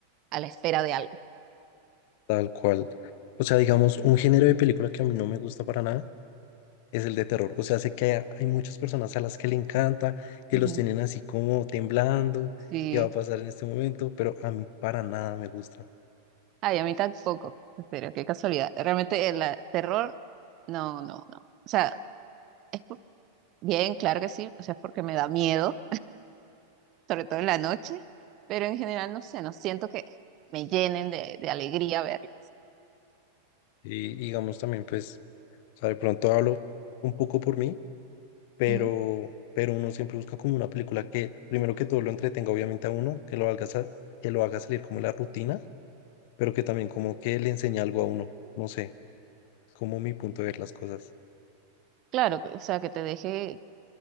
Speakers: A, on the right; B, on the left.
A: a la espera de algo.
B: tal cual. O sea, digamos, un género de película que a mí no me gusta para nada es el de terror. O sea, sé que hay, hay muchas personas a las que le encanta, que
A: Ujú.
B: los tienen así como temblando,
A: Sí,
B: qué va a pasar en este momento, pero a mí para nada me gusta.
A: ay, a mí tampoco, pero qué casualidad. Realmente el eh, terror, no, no, no. O sea, es por- bien, claro que sí, o sea, es porque me da miedo, sobre todo en la noche, pero en general, no sé, no siento que me llenen de, de alegría verlo.
B: Y digamos también, pues... O sea, de pronto hablo un poco por mí, pero,
A: Ujú.
B: pero uno siempre busca como una película que, primero que todo, lo entretenga obviamente a uno, que lo haga, sa- que lo haga salir como de la rutina, pero que también como que le enseñe algo a uno. No sé, como mi punto de ver las cosas.
A: Claro, que- o sea, que te deje